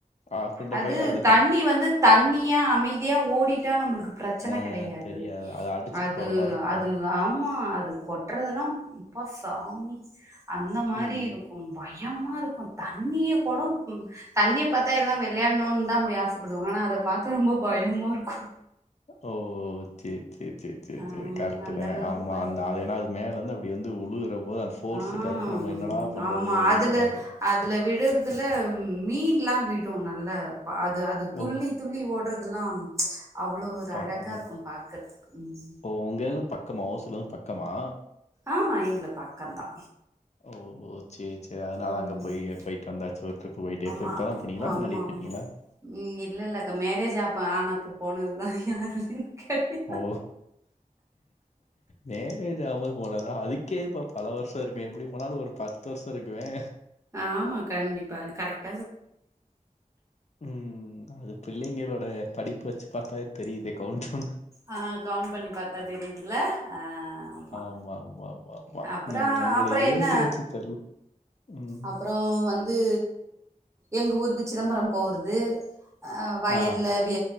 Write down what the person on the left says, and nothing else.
ஆஃப்டர்
பைல அந்த
ஆ
தெரியாது. அத அடிச்சுட்டு
போற மாரி இருக்கும்.
ம், ம்.
ஓ சேர் சேர் சேர் சேர்
சேர் கரட்டுதே
ஆமா
அந்த அது
என்னா அது மேல இருந்து அப்டி வந்து உழுகுற போது அந்த ஃபோர்ஸுக்கு
அதுக்கு நம்ம என்னடா பண்றது
அப்டின்ற
மாரி
ஓ!
பரவால்ல.
ஓ! உங்க இதுல இருந்து பக்கமா ஓசுல இருந்து பக்கமா
ஓகோ சேர் சேர் ஏதானாலு
அங்க போயி போயிட்டு வந்தாச்சு ஒரு டிரிப்பு போயிட்டு
எப்ப இப்ப தா
போனீங்களா
முன்னாடியே போயிட்டீங்களா
ஓ மேரேஜ் ஆகம் போது போனதா அதுக்கே இப்ப பல வருஷோ இருக்குமே எப்டி போனாலு ஒரு பத்து வருஷோ இருக்குமே
ம் ம் அது பிள்ளைங்களோட படிப்ப வச்சு பாத்தாவே தெரியுது கவுண்டவுன்
ஆமா ஆமா ஆமா
ம். உங்களோட
ஏஜ் வச்சு தெர்ல. ம்.
ஆ,